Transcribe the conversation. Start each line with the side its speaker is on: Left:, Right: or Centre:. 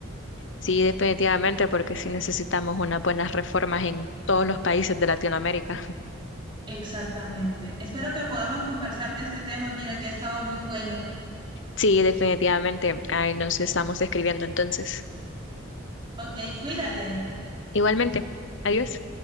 Left: Sí, definitivamente, porque sí necesitamos unas buenas reformas en todos los países de Latinoamérica. <laughs>
Right: Exactamente. Espero que podamos conversar de este tema. Mira que ha estado muy bueno.
Left: Sí, definitivamente. Ahí nos estamos escribiendo entonces.
Right: Ok, cuídate.
Left: Igualmente. Adiós.